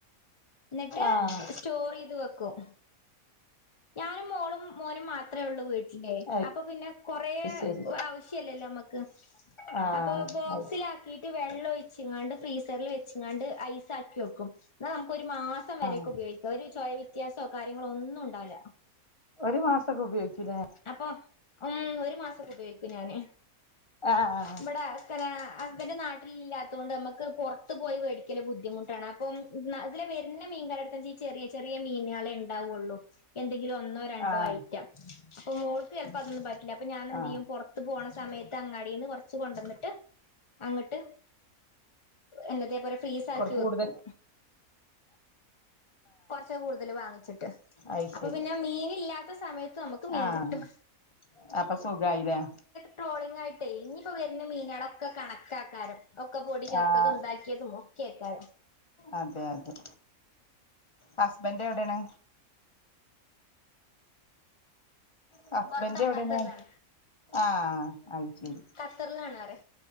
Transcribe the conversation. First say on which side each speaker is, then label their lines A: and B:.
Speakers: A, on the left; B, on the left.
A: ന്നട്ട്
B: ആഹ്
A: സ്റ്റോർ യ്ത് വെക്കും. ഞാനും മോളും മോനും മാത്ര ഒള്ളൂ വീട്ടിൽ. ല്ലേ
B: അത്
A: അപ്പൊ പിന്നെ കൊറ
B: ശരി
A: ആവശ്യല്ലല്ലോ നമ്മക്ക്
B: ആഹ്
A: അപ്പോ ബോക്സിലാക്കി
B: അത്
A: ട്ട് വെള്ള ഒഴിച്ചിങ്ങാണ്ട് ഫ്രീസറിൽ വെച്ചങ്ങാണ്ട് ഐസാക്കി വെക്കും എന്ന നമുക്ക് ഒരു മാസം. ക്കെ വരെക്കെ
B: ആഹ്
A: ഉപയോഗിക്ക ഒരു ചോയ വ്യത്യാസൊ കാര്യങ്ങളോ ഒന്നും ഉണ്ടാല്ല.
B: ഒരു മാസൊക്കെ ഉപയോഗിക്കുല്ലേ
A: അപ്പൊ ഉം ഒരു മാസൊക്കെ ഉപയോഗിക്കും ഞാന്
B: ആഹ്
A: ഇവിടാ ഹസ്ബൻഡ് നാട്ടിൽ ഇല്ലാത്തൊണ്ട് നമക്ക് പൊറത്ത് പോയി മേടിക്കല് ബുദ്ധിമുട്ടാണ്. അപ്പം ഇതിലെ വരുന്ന മീൻ കാരെ അടുത് ഈ ചെറിയ ചെറിയ മീനുകളെണ്ടാവൊള്ളൂ. എന്തെങ്കിലും ഒന്നോ രണ്ടോ
B: ആഹ്
A: ഐറ്റം അപ്പൊ മോൾക്ക് ചെലപ്പോ അതൊന്നും പറ്റില്ല അപ്പൊ ഞാനെ എന്ത്
B: ആഹ്
A: ചെയ്യും പൊ ത്ത് പോണ സമയത്ത് അങ്ങാടിന്ന് കൊറച്ച് കൊണ്ടന്നിട്ട് അങ്ങട്ട് എന്നത്തെ പോലെ ഫീസ് ആക്കി
B: കൊറ കൂടുതൽ
A: വെക്കും കൊറച്ച് കൂടുതൽ വാങ്ങിച്ചിട്ട്
B: അത്
A: അപ്പൊ
B: ശരി
A: പിന്നെ മീൻ ഇല്ലാത്ത സമയത്ത് നമുക്ക് മീൻ
B: ആഹ്
A: കിട്ടും.
B: അപ്പൊ സുഖായിലേ
A: ട്രോളിംഗ ആയിട്ട് ഇഞ്ഞിപ്പോ വരുന്ന മീനൊളൊക്കെ കണക്കാകരം ഒക്കെ പൊടി ചേർത്തതും
B: ആഹ്
A: ഉണ്ടാക്കിയതും ഒക്കെ ആക്കാരം
B: അതെ അതെ ഹസ്ബൻഡ് എവിടെയാണ് ഹസ്ബൻറ്
A: പുറത്താണ്
B: എവിടേണ്
A: ഖത്തറിലാണ്
B: ആഹ് അത് ശരി
A: ഖത്തറിലാണ്റിയെ